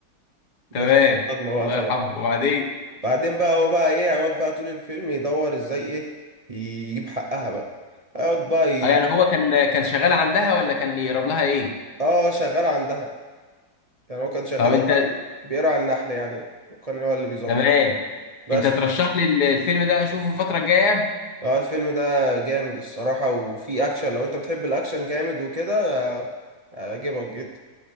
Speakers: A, on the right (about 30°); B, on the left (about 80°).
A: ماتت
B: تمام
A: من الصدمة بقى
B: الله
A: طبعا
B: يرحمه وبعدين
A: بعدين بقى هو بقى ايه هيقعد بقى طول الفيلم يدور ازاي ايه يجيب حقها بقى يقعد بقى يد...
B: اه يعني هو كان كان شغال عندها ولا كان يقرب لها ايه
A: اه شغال عندها يعني هو كان شغال
B: طب انت
A: هو بيرعى النحل يعني وكان هو اللي بيظبط
B: تمام
A: بس
B: انت ترشح لي ال- الفيلم ده اشوفه الفترة الجاية
A: اه الفيلم ده جامد الصراحة وفيه اكشن لو انت بتحب الاكشن جامد وكده آه، هيعجبك جدا